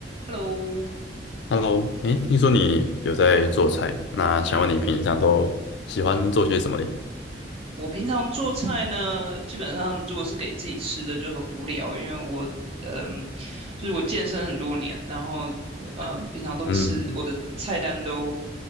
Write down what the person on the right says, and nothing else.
Hello，
嗯，我平常做菜呢，基本上如果是给自己吃的就很无聊，因为我，嗯，就是我健身很多年，然后，嗯，平常都吃我的菜单都